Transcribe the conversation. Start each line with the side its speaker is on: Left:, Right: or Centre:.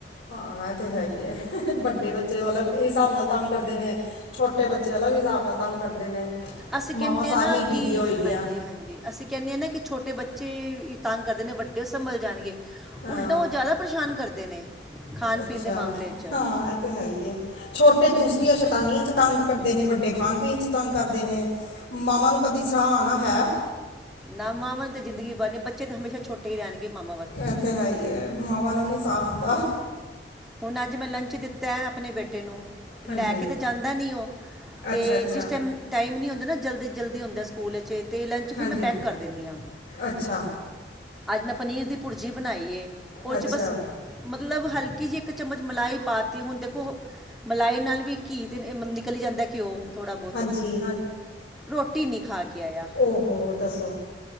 Left: ਹਾਂ, ਐ ਤੇ ਹੈ ਈਏ। ਵੱਡੇ ਬੱਚੇ ਅਲੱਗ ਹਿਸਾਬ ਨਾਲ ਤੰਗ ਕਰਦੇ ਨੇ। ਛੋਟੇ ਬੱਚੇ ਅਲੱਗ ਹਿਸਾਬ ਨਾਲ ਤੰਗ ਕਰਦੇ ਨੇ।
Centre: ਅਸੀਂ ਕੈਨੇਆਂ
Left: ਮਾਵਾਂ ਸਾਰੀਆਂ
Centre: ਨਾ
Left: ਹੀ
Centre: ਕਿ
Left: ਬਿਜ਼ੀ ਹੋਈ ਦੀਆਂ
Centre: ਹਾਂਜੀ-ਹਾਂਜੀ, ਅਸੀਂ ਕੈਂਨੇ ਆਂ ਨਾ ਕਿ ਛੋਟੇ ਬੱਚੇ ਬੱਚੇ ਤੰਗ ਕਰਦੇ ਨੇ, ਵੱਡੇ ਸੰਭਲ ਜਾਣਗੇ-
Left: ਹਾਂ
Centre: ਉਲਟਾ ਓ ਜਾਦਾ ਪਰੇਸ਼ਾਨ ਕਰਦੇ ਨੇ ਖਾਣ-ਪੀਣ
Left: ਅੱਛਾ
Centre: ਦੇ ਮਾਮਲੇ ਚ।
Left: ਹਾਂ, ਐ ਤਾਂ ਹੈ ਈਏ। ਛੋਟੇ ਦੂਸਰੀਆਂ ਸ਼ੈਤਾਨੀਆਂ ਚ ਤੰਗ ਕਰਦੇ ਨੇ, ਵੱਡੇ ਖਾਣ ਪੀਣ 'ਚ ਤੰਗ ਕਰਦੇ ਨੇ। ਮਾਵਾਂ ਨੂੰ ਕਦੀ ਸਾਹ ਆਨਾ ਹੈ?
Centre: ਨਾਂ ਮਾਵਾਂ ਨੂੰ ਤੇ ਜ਼ਿੰਦਗੀ ਭਰ ਨੀਂ, ਬੱਚੇ ਤਾਂ ਹੇਸ਼ਾ ਛੋਟੇ ਈ ਰੈਂਨ ਗੇ, ਮਮਾ
Left: ਐ ਤੇ ਹੈ ਈਏ, ਮਾਵਾਂ ਨੂੰ ਨੀਂ ਸਾਹ ਆਂਦਾ।
Centre: ਹੁਣ ਅੱਜ ਮੈਂ ਲੰਚ ਦਿੱਤੈ ਅਪਣੇ ਬੇਟੇ ਨੂੰ
Left: ਹਾਂਜੀ
Centre: ਲੈ ਕੇ ਤਾਂ ਜਾਂਦਾ ਨੀਂ ਓ, ਤੇ
Left: ਅੱਛਾ ਅੱਛਾ
Centre: ਜਿਸ ਟੈਮ ਟਾਈਮ ਨੀਂ ਹੁੰਦਾ ਨਾ ਜਲਦੀ-ਜਲਦੀ ਹੁੰਦਾ ਸਕੂਲ 'ਚ ਤੇ ਲੰਚ ਫਿਰ
Left: ਹਾਂਜੀ
Centre: ਮੈਂ ਪੈਕ ਕਰ ਦੇਨੀ ਆਂ।
Left: ਅੱਛਾ
Centre: ਅੱਜ ਮੈਂ ਪਨੀਰ ਦੀ ਭੁਰਜੀ ਬਣਾਈ ਏ, ਉਹਦੇ
Left: ਅੱਛਾ
Centre: 'ਚ ਬਸ ਮਤਲਬ ਹਲਕੀ ਜਿ ਏਕ ਚੱਮਚ ਮਲਾਈ ਪਾਤੀਏ ਹੂਣ ਦੇਖੋ, ਮਲਾਈ ਨਾਲ ਵੀ ਘੀ ਤੇ ਨਿਕਲ ਈ ਜਾਦਾਏ ਘਿਉ ਥੋੜਾ ਬੋਤ,
Left: ਹਾਂਜੀ
Centre: ਰੋਟੀ ਨੀ ਖਾ ਕੇ ਆਯਾ।
Left: ਔਹੋ! ਦੱਸੋ